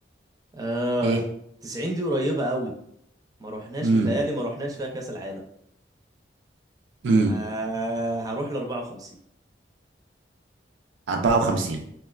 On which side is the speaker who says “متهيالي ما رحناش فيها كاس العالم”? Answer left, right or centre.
Right